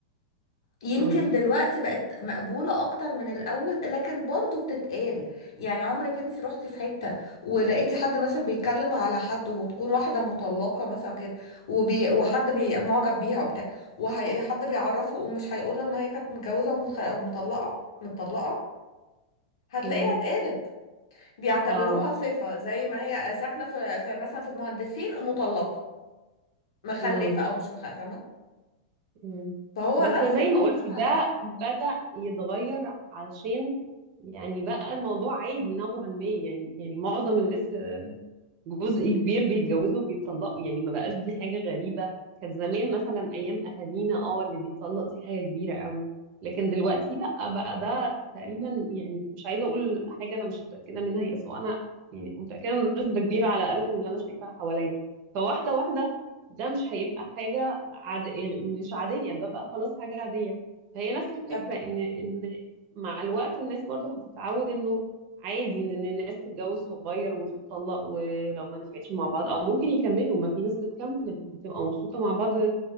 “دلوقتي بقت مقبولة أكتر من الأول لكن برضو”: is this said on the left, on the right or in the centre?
Left